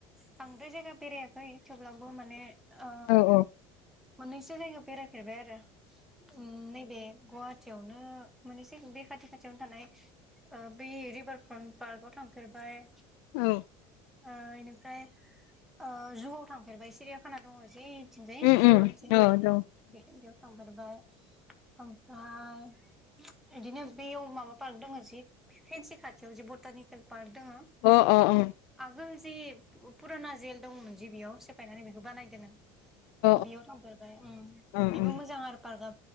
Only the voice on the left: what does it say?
औ औ
औ
उम
उम दं
अह अह उम।
<unintelligible>
अ